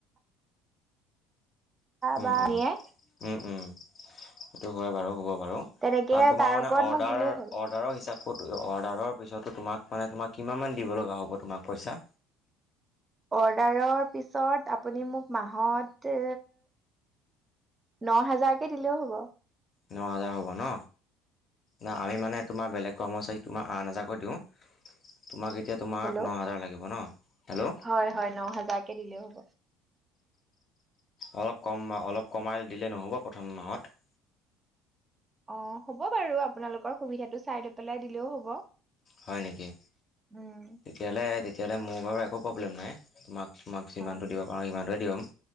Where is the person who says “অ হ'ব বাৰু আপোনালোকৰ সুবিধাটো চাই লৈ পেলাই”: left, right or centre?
Right